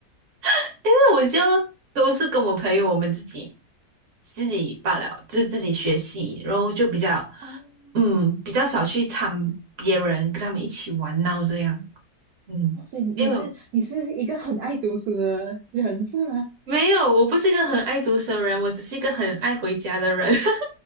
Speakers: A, on the right; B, on the right.
A: <laughs> 因为我就都是跟我朋友我们自己自己罢了，就自己学习，然后就比较
B: 哦，
A: 嗯比较少去参别人跟他们一起玩闹这样。嗯，
B: 哦所以你是你是一个很爱读书的人是吗？
A: 因为我没有，我不是一个很爱读书的人，我只是一个很爱回家的人。<laughs>